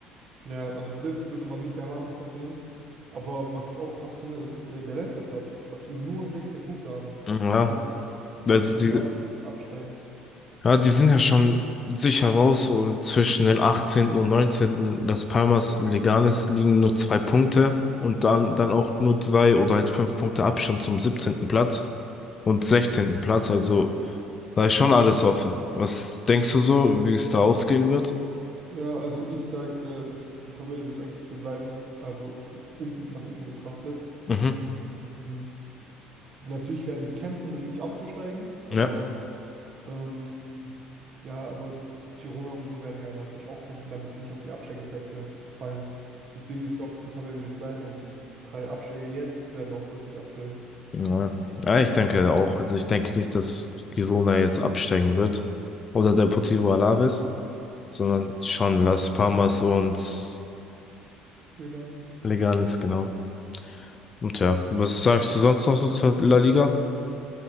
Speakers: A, on the right; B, on the left.
A: Ja, also das würde man nicht erwarten von denen. Aber was ich auch krass finde, ist äh, der letzte Platz, dass die nur 16 Punkte haben
B: Ja,
A: und somit
B: also
A: sicher
B: die,
A: ab absteigen.
B: Ja, die sind ja schon sicher raus und zwischen den 18. und 19. Las Palmas Leganes liegen nur zwei Punkte und dann, dann auch nur drei oder halt fünf Punkte Abstand zum 17. Platz und 16. Platz. Also da ist schon alles offen. Was denkst du so, wie es da ausgehen wird?
A: Ja, also ich sag, äh, das, die Tabelle wird eigentlich so bleiben. Also unten nach unten betrachtet.
B: Mhm.
A: Ähm, Natürlich werden die kämpfen, um nicht abzusteigen, aber
B: Ja.
A: ähm, ja, aber Girona und so werden ja natürlich auch kämpfen, damit sie nicht auf die Absteigerplätze fallen. Deswegen, ich glaube, die Tabelle wird bleiben und die drei Absteiger jetzt werden auch wirklich absteigen.
B: Ja. Ja, ich denke auch. Also ich denke nicht, dass Girona jetzt absteigen wird oder Deportivo Alaves, sondern schon Las Palmas und
A: Nee, gar nicht.
B: Leganes, genau. Und ja, was sagst du sonst noch so zur La Liga?